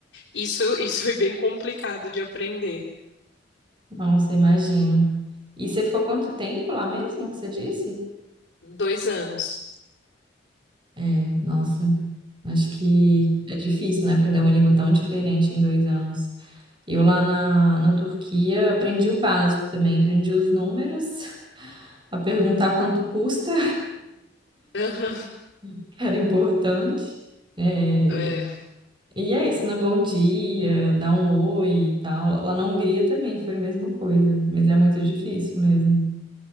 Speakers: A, on the left (about 70°); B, on the right (about 25°).
A: isso, isso foi bem complicado de aprender.
B: Nossa, imagino. E você ficou quanto tempo lá mesmo que você disse?
A: Dois anos.
B: É, nossa, acho que é difícil, né? Aprender uma língua tão diferente em dois anos. Eu lá na, na Turquia aprendi o básico também, aprendi os números, <laughs> a perguntar quanto custa.
A: Aham,
B: <laughs> era importante. É,
A: É,
B: E é isso, né? Bom dia, dá um oi e tal. Lá na Hungria também foi a mesma coisa, mas é muito difícil mesmo.